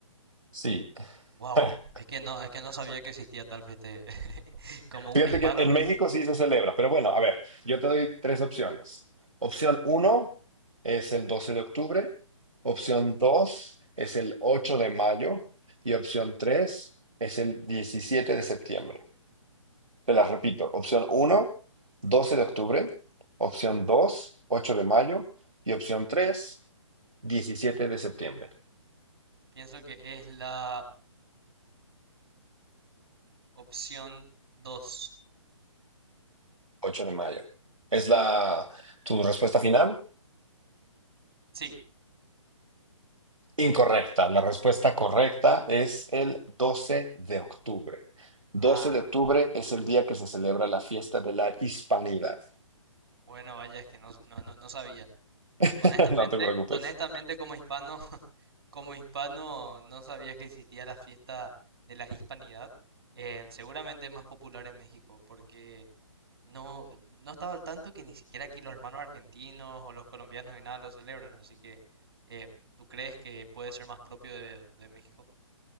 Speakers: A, on the right (about 80°); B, on the right (about 50°).
A: Sí,
B: Wow,
A: <laughs>
B: es que no, es que no sabía que existía tal fiesta. <laughs> Como
A: fíjate
B: un hispano,
A: que en México sí se celebra, pero bueno, a ver, yo te doy tres opciones. Opción uno es el 12 de octubre, opción dos es el 8 de mayo y opción tres es el 17 de septiembre. Te las repito. Opción uno, 12 de octubre. Opción 2, 8 de mayo. Y opción 3, 17 de septiembre.
B: pienso que es la opción dos.
A: Ocho de mayo. ¿Es la tu respuesta final?
B: Sí.
A: Incorrecta. La respuesta correcta es el 12 de octubre. Doce
B: Ah,
A: de octubre es el día que se celebra la fiesta de la Hispanidad.
B: bueno, vaya, es que no, no, no, no sabía.
A: <laughs>
B: Honestamente,
A: No te preocupes.
B: honestamente como hispano, <laughs> como hispano no sabía que existía la fiesta de la hispanidad. Eh, seguramente es más popular en México porque No, no estaba al tanto que ni siquiera aquí los hermanos argentinos o los colombianos ni nada lo celebran, así que eh, ¿tú crees que puede ser más propio de, de México?